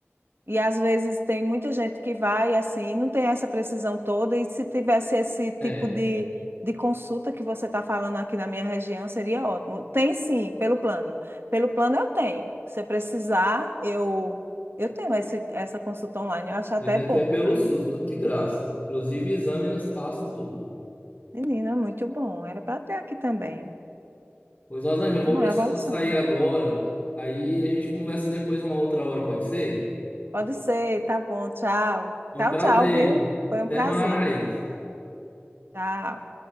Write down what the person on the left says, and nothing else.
É,
pois aqui
é pelo SUS, tudo de graça. Inclusive exame, elas passam tudo.
Pois, Rosângela,
eu vou
precisar
sair agora. Aí a gente conversa depois uma outra hora, pode ser?
Um
prazer.
Até
mais.